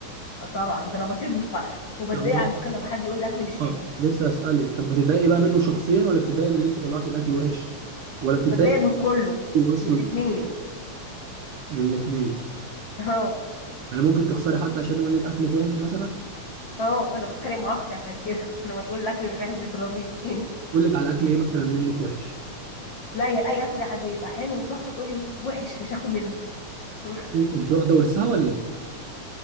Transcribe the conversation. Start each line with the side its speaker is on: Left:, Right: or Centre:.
Left: آه طبعا ده انا بطير من الفرح وبتضايق
Right: طب
Left: على فكره لما حد يقول الاكل مش
Right: اه
Left: حلو
Right: لسه اسالك طب بتتضايقي بقى منه شخصيا ولا بتتضايقي من اللي انت طلعتي الاكل وحش ولا بتتضايقي
Left: بتضايق من كله
Right: منه اصلا
Left: من الاتنين
Right: من الاثنين
Left: اهو
Right: يعني ممكن تخسري حد عشان يقول لك اكلك وحش مثلا
Left: اهو انا بتخانق مع اختي عشان كده <laughs> لما تقول الاكل مش وحش بترازيني
Right: يقول لك على اكل ايه مثلا منك وحش
Left: لا يا اي اكل يا حبيبي يبقى حلو وتحفه تقولي وحش مش هاكل منه <laughs>
Right: انت واخده ورثها ولا ايه